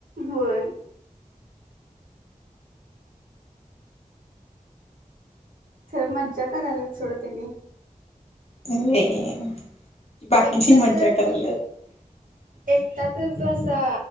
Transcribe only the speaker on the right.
होय! खरं मज्जा करायलाच सोडतेनी.
एकटा
तर!
एकटा तर तसा.